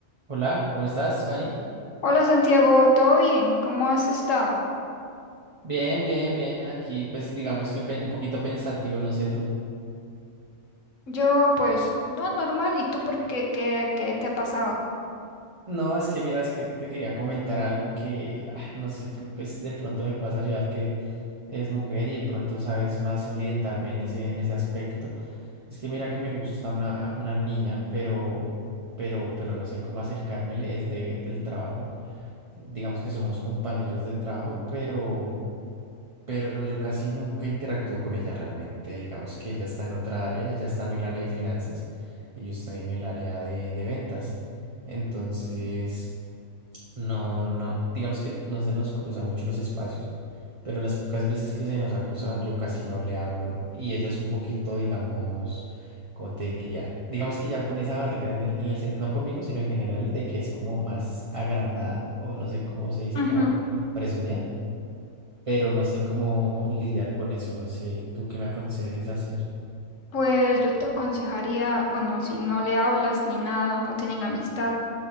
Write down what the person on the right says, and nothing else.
Hola, ¿cómo estás, Fanny?
Bien, bien, bien. Aquí, pues digamos que pe- un poquito pensativo, no sé tú.
No, es que mira, es que te quería comentar algo que, ah, no sé, tú pues de pronto me puedes ayudar que eres mujer y de pronto sabes más orientarme en ese, en ese aspecto. Es que mira que me gusta una, una niña, pero, pero, pero no sé cómo acercármele, es de, del trabajo. Digamos que somos compañeros de trabajo, pero... pero yo casi nunca interactúo con ella realmente. Digamos que ella está en otra área, ella está en el área de finanzas y yo estoy en el área de, de ventas. Entonces, no, no, digamos que no se nos cruza mucho los espacios, pero las pocas veces que se nos ha cruzado, yo casi no le hablo y ella es un poquito, digamos, cómo te diría? Digamos que ya pone esa barrera en el, en el, sen- no conmigo, sino en general, de que es como más agrandada o no sé cómo se dice,
como presumida pero no sé cómo lidiar con eso, no sé, ¿tú qué me aconsejes hacer?